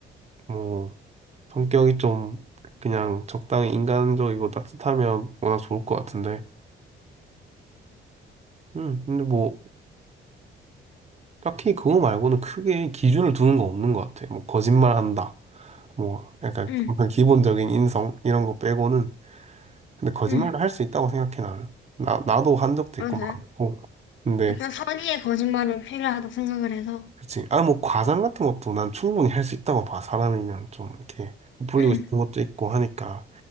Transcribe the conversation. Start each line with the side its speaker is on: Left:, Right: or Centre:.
Right: 뭐, 성격이 좀, 그냥 적당히 인간적이고 따뜻하면 워낙 좋을 것 같은데. 음, 근데 뭐, 딱히 그거 말고는 크게 기준을 두는 거 없는 것 같아. 뭐, 거짓말 한다. 뭐, 약간,
Left: 응,
Right: 약간 기본적인 인성, 이런 거 빼고는. 근데 거짓말을
Left: 응,
Right: 할 수 있다고 생각해, 나는. 나, 나도 한 적도
Left: 맞아.
Right: 있고 많고. 근데,
Left: 약간 선의의 거짓말은 필요하다 생각을 해서.
Right: 그치. 아, 뭐, 과장 같은 것도 난 충분히 할 수 있다고 봐. 사람이면 좀 이렇게 부풀리고
Left: 응,
Right: 싶은 것도 있고 하니까.